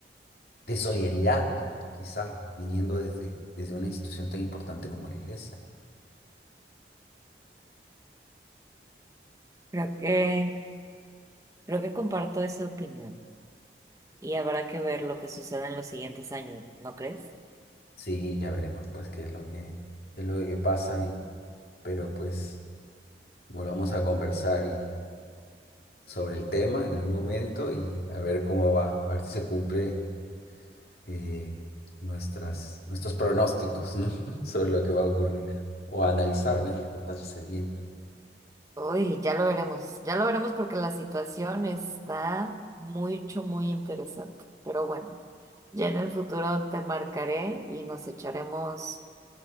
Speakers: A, on the left; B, on the right.
A: de solidaridad, ¿no? Quizá viniendo desde, desde una institución tan importante como la iglesia.
B: Creo que, creo que comparto esa opinión y habrá que ver lo que sucede en los siguientes años, ¿no crees?
A: Sí, ya veremos pues qué es lo que, qué es lo que pasa y pero pues volvamos a conversar y sobre el tema en algún momento y a ver cómo va, a ver si se cumple eh, nuestras, nuestros pronósticos, ¿no? <laughs> sobre lo que va a ocurrir o a analizar, bueno, lo que está sucediendo.
B: Uy, ya lo veremos, ya lo veremos porque la situación está mucho, muy interesante. Pero bueno, ya en el futuro te marcaré y nos echaremos